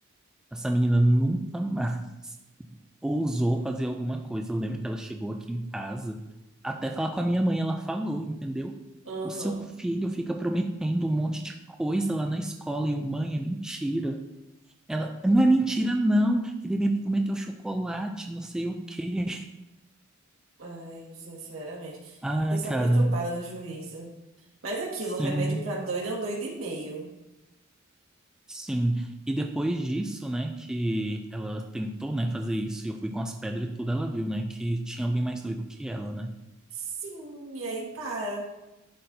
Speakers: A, in the centre; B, on the right.
A: Essa menina nunca mais ousou fazer alguma coisa. Eu lembro que ela chegou aqui em casa, até falar com a minha mãe, ela falou, entendeu?
B: Aham.
A: O seu filho fica prometendo um monte de coisa lá na escola e eu, mãe, é mentira. Ela, não é mentira, não, que ele me prometeu chocolate, não sei o quê.
B: Ai, sinceramente.
A: Ai,
B: Pessoa
A: cara,
B: perturbada do juízo. Mas aquilo,
A: sim,
B: remédio pra doido é um doido e meio.
A: sim. E depois disso, né, que ela tentou, né, fazer isso, e eu fui com as pedras e tudo, ela viu, né, que tinha alguém mais doido que ela, né?
B: Sim, e aí para.